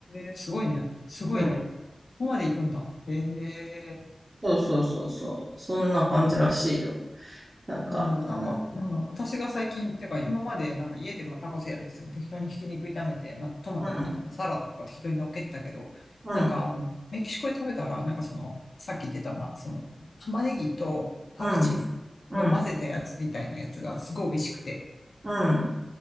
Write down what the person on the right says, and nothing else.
うん。
そうそうそうそう。そんな感じらしいよ。なんか、
うん、
うん、うん、
うん、うん、うん、